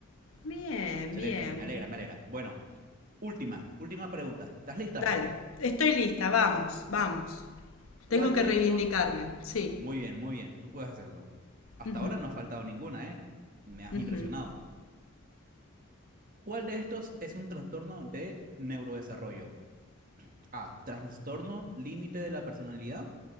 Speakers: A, on the left; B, on the right.
A: Bien,
B: Excelente.
A: bien.
B: Me alegra, me alegra. Bueno, última, última pregunta. ¿Estás lista?
A: Dale, estoy lista, vamos, vamos.
B: ¿Cuál
A: Tengo que
B: de
A: reivindicarme,
B: estos?
A: sí.
B: Muy bien, muy bien. Tú puedes hacerlo. Hasta
A: Ujú,
B: ahora no ha faltado ninguna, ¿eh? Me has
A: ujú,
B: impresionado. ¿Cuál de estos es un trastorno de neurodesarrollo? A. Trastorno límite de la personalidad.